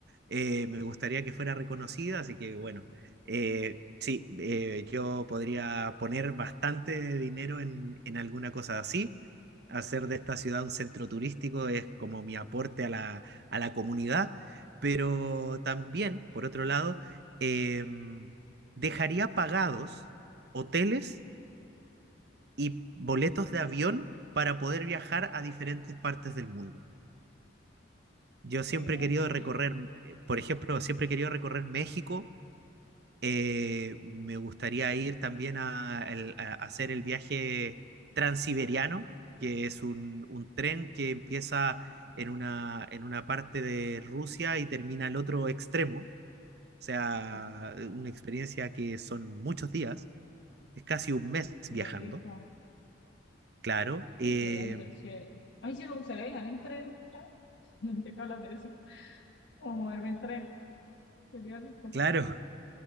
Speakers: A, on the right (about 55°); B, on the left (about 70°).
A: Eh, me gustaría que fuera reconocida, así que bueno, eh, sí, eh, yo podría poner bastante dinero en, en alguna cosa así hacer de esta ciudad un centro turístico es como mi aporte a la, a la comunidad, pero también, por otro lado, eh, dejaría pagados hoteles y boletos de avión para poder viajar a diferentes partes del mundo. Yo siempre
B: Eh,
A: he querido recorrer,
B: eh,
A: eh, por ejemplo, siempre he querido recorrer México Eh, me gustaría ir también a, al- a hacer el viaje transiberiano, que es un, un tren que empieza en una, en una parte de Rusia y termina al otro extremo. O sea,
B: no,
A: eh, una experiencia que son muchos días, es casi un mes
B: qué
A: viajando,
B: rico.
A: claro,
B: Sí,
A: eh,
B: sería súper chévere. A mí sí me gustaría viajar en tren. <laughs> ¿Qué hablas de eso? O moverme en tren. Sería rico.
A: claro,